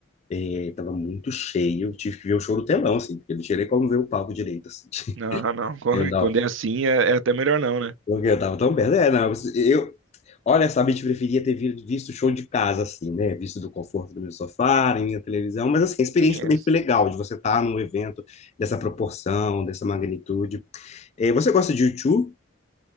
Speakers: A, on the left; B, on the right.
A: Ele tava muito cheio, eu tive que ver o show do telão, assim, porque não tinha nem como ver o palco direito, assim. <laughs>
B: Não, não, <laughs>
A: Eu andava,
B: quando é assim é é até melhor não, né?
A: porque eu tava tão perto. É, não, eu, olha, sabe, a gente preferia ter vi- visto o show de casa, assim, né? Visto do conforto do meu sofá, na minha televisão, mas assim, a experiência
B: Quem
A: também
B: é?
A: foi legal, de você estar num evento dessa proporção, dessa magnitude. Eh, Você gosta de U2?